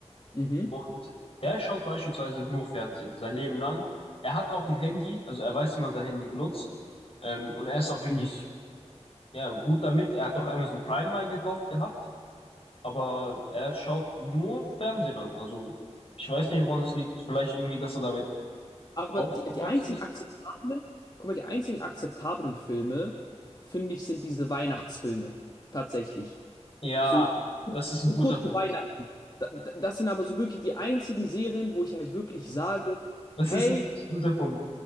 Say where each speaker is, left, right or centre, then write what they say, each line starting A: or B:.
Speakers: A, on the left (about 35°); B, on the left (about 55°).
A: Mhm.
B: und der schaut beispielsweise nur Fernsehen, sein Leben lang. Er hat auch ein Handy, also er weiß, wie man sein Handy benutzt. Ähm, und er ist auch wirklich
A: Mhm.
B: ja, gut damit. Er hat doch Amazon Prime mal gekauft gehabt, aber er schaut nur Fernsehen an. Also ich weiß nicht, woran es liegt. Vielleicht irgendwie, dass er damit
A: Aber
B: Aufgewachsen
A: die, die einzigen
B: ist?
A: akzeptablen, guck mal, die einzigen akzeptablen Filme, finde ich, sind diese Weihnachtsfilme. Tatsächlich.
B: Ja,
A: So
B: das ist ein
A: kurz
B: guter Punkt.
A: vor Weihnachten. Da- da- Das sind aber so wirklich die einzigen Serien, wo ich halt wirklich sage,
B: Das
A: hey,
B: ist ein richtig guter Punkt.